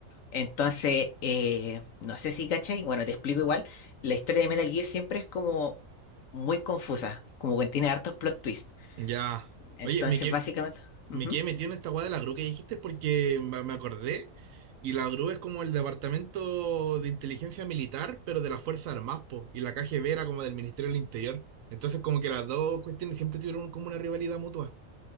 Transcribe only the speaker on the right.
ya.
Oye, me, que,
me quedé metido en esta guada de la GRU que dijiste porque me me acordé. Y la GRU es como el departamento de inteligencia militar, pero de las Fuerzas Armadas, po, Y la KGB era como del Ministerio del Interior. Entonces, como que las dos cuestiones siempre tuvieron como una rivalidad mutua.